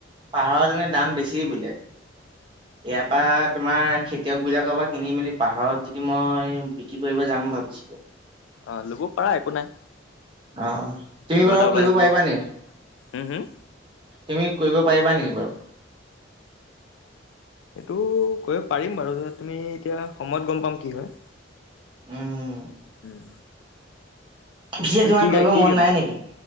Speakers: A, on the right; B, on the left.
A: পাহাৰত যেনে দাম বেছি বোলে।
B: <unintelligible>
A: ইয়াৰ পৰা তোমাৰ খেতিয়ক বিলাকৰ পৰা কিনি মেলি পাহাৰত যদি মই বিক্ৰী কৰিব যাম ভাবিছিলোঁ।
B: অ লব পাৰা একো নাই।
A: অ তুমি
B: কিবা
A: বাৰু
B: এটা ওলাই
A: কৰিব
B: থাকিব
A: পাৰিবা নেকি?
B: হুম হুম
A: তুমি কৰিব পাৰিবা নেকি বাৰু?
B: এইটো কৰিব পাৰিম বাৰু তুমি এতিয়া সময়ত গম পাম কি হয়।
A: উম,
B: উম।
A: পিছে
B: তুমি
A: তোমাৰ
B: কি
A: কৰিব
B: গা কি
A: মন
B: কেম
A: নাই নেকি?